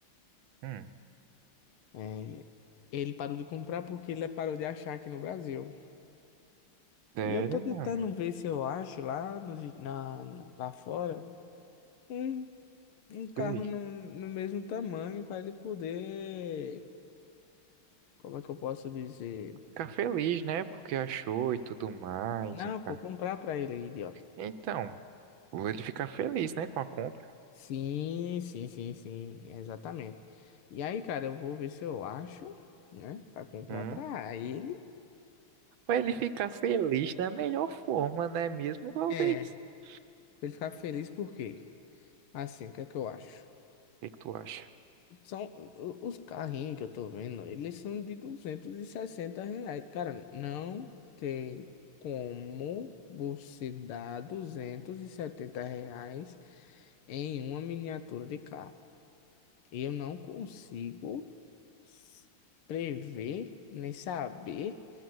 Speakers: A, on the right; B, on the left.
A: Hum,
B: É, ele parou de comprar porque ele parou de achar aqui no Brasil.
A: sério,
B: E eu tô tentando
A: mano?
B: ver se eu acho lá, nos na, na- lá fora um, um carro
A: Sei.
B: no, no mesmo tamanho para ele poder. Como é que eu posso dizer?
A: ficar feliz, né? Porque achou e tudo mais,
B: Não,
A: um
B: pô,
A: carro.
B: comprar pra ele, idiota.
A: Então, ele ficar feliz, né, com a compra.
B: Sim, sim, sim, sim, exatamente. E aí, cara, eu vou ver se eu acho, né, pra comprar
A: Hum.
B: pra ele.
A: Ou ele ficar feliz da melhor forma, não é mesmo, Valdez?
B: É, pra
A: O
B: ele ficar feliz por quê? Assim, o que é que eu acho?
A: que que tu acha?
B: São o- os carrinhos que eu tô vendo, eles são de 260 reais. Cara, não tem como você dar 270 reais em uma miniatura de carro. Eu não consigo s- prever nem saber